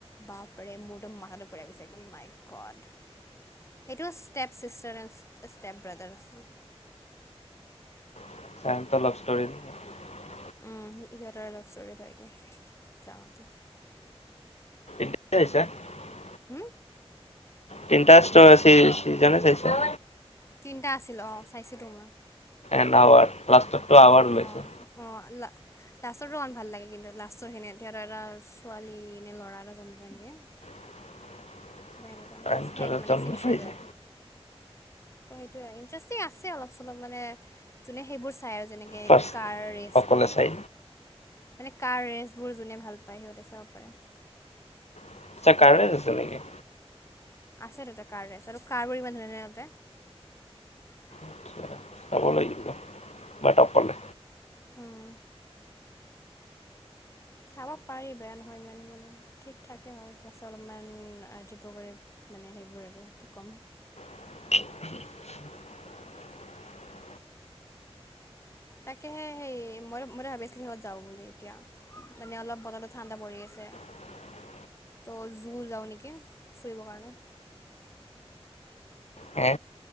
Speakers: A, on the left (about 25°); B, on the left (about 85°).
A: বাপৰে মোৰটো মনতে পৰি গৈছে ও মাই গড। সেইটো step sister and step brother আছিল।
B: <unintelligible>
A: উম, সি সিহঁতৰে লভ ষ্টৰি হৈ ড্ৰামাটো।
B: <unintelligible>
A: হুম
B: তিনিটা ষ্টোৰ চি চিজনে চাইছা।
A: তিনিটা আছিল অ' চাইছিলোঁ মই।
B: এন আৱাৰ, লাষ্টৰটো আৱাৰ
A: অঁ
B: ওলাইছে।
A: অঁ অঁ লা লাষ্টৰটো ইমান ভাল লাগে কিন্তু লাষ্টৰ খিনি সিহঁতৰ এটা ছোৱালী এনে ল'ৰা এটা জন্ম পায় নেকি।
B: <inaudible>
A: কিবা এনেকুৱা তাৰপিছত
B: এণ্ড
A: শেষ
B: তোৰ
A: হৈ মানে
B: জন্ম
A: ফিনিছ
B: পাইছে
A: হৈ যায়। <unintelligible> সেইটোৱেই ইণ্টাৰেষ্টিং আছে অলপ চলপ মানে জোনে সেইবোৰ চাই আৰু যেনেকে এইটো
B: ফাৰ্ষ্ট
A: কাৰ ৰেচবোৰ।
B: অকলে চাই
A: মানে কাৰ ৰেচবোৰ যোনে ভাল পায় সিহঁতে চাব পাৰে।
B: <unintelligible> কাৰ ৰেচ আছে নেকি।
A: আছে তাতে কাৰ ৰেচ আৰু কাৰবোৰ ইমান ধুনীয়া ধুনীয়া তাতে।
B: আচ্ছা, চাব লাগিব, বাট অকলে।
A: উম, চাব পাৰি বেয়া নহয় ইমান মানে ঠিক থাকে হয় পাছে অলপমান আজিব গৰিব। মানে সেইবোৰ আৰু কি ক'ম।
B: <inaudible>
A: তাকেহে সেই মই মই ভাবি আছিলোঁ সিহঁত যাওঁ বুলি এতিয়া, মানে অলপ বতৰ ঠাণ্ডা পৰি আছে।
B: <inaudible>
A: ত' জু যাওঁ নেকি ফুৰিব কাৰণে।
B: হে